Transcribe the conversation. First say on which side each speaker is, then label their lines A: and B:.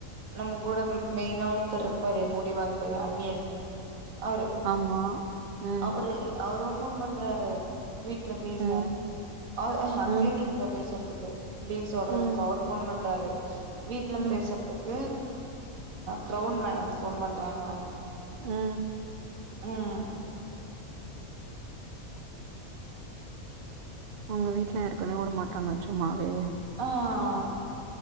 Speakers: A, on the right; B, on the right.
A: நம் கூட மெயினா ஒருத்தர் இருப்பாரே முடிவந்த அண்ணியன் அவரு
B: ஆமா. ம்.
A: அவரு அவரும் போன் பண்றாரு வீட்டு்ல பேசன்ஹ
B: ம். ம்.
A: கிளினிக்ல பேசுறதுக் கு <unintelligible> லீவ் சொல்றதுக்கு
B: ம்.
A: அவர் போன் பண்றாரு வீட்டுல
B: ம்.
A: பேச த்து கரவுன் மேடம் சொன்ன டிராமா
B: உஹம்
A: ஆஹ்
B: உங்க வீட்ல இருக்குனே விட மாட்டாங்க சும்மாவே
A: ஆஹ்